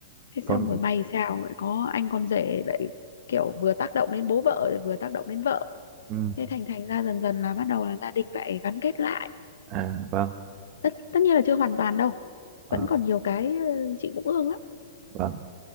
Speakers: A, on the left; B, on the right.
A: thế
B: còn
A: xong rồi may sao lại có anh con rể lại kiểu vừa tác động đến bố vợ lại vừa tác động đến vợ
B: ừ.
A: thế thành thành ra dần dần là bắt đầu là gia đình lại gắn kết lại
B: à vâng
A: tất tất nhiên là chưa hoàn toàn đâu
B: vâng
A: vẫn còn nhiều cái ừ, chị cũng ương lắm
B: vâng